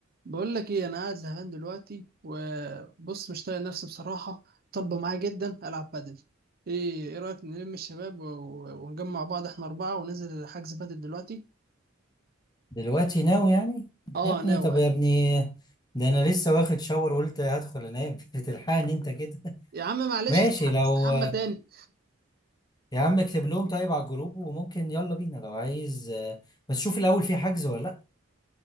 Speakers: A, on the right (about 45°); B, on the left (about 20°).
A: بقول لك ايه انا قاعد زهقان دلوقتي وبص مش طايق نفسي بصراحه طالبه معايا جدا العب بادل ايه ايه رايك نلم الشباب و- و- ونجمع بعض احنا اربعه وننزل حجز بادل دلوقتي
B: دلوقتي ناوي يعني
A: اه
B: يا ابني
A: ناو
B: طب
A: ايوه
B: يا ابني ده انا لسه واخد شاور وقلت هدخل انام <laughs> بتلحقني انت كده
A: يا
B: <laughs>
A: عم معلش
B: ماشي
A: استح-
B: لو
A: استحمى تاني
B: يا عم اكتب لهم طيب على الجروب وممكن يلا بينا لو عايز بس شوف الاول في حجز ولا لا